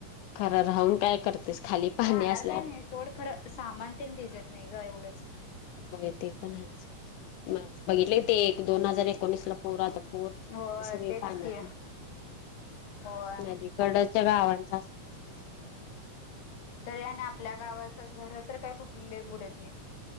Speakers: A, on the left; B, on the left.
A: खरं राहून काय करतेस खाली पाहणी
B: राहणार
A: असल्यावर
B: काय नाही सोड खरं सामान ते भिजत नाही ग एवढंच
A: होय ते पण आहेच मग बघितलय की ते दोन हजार एकोणीसला पूर आलत पूर्ण सांगली
B: होय
A: सगळी
B: तेच
A: पाण्यात
B: की
A: होती
B: होय
A: नदी गडाच्या गावां जास्त जास सोडख
B: तरी आणि आपल्या गावातच घर तर काही कुठले बुडत नाही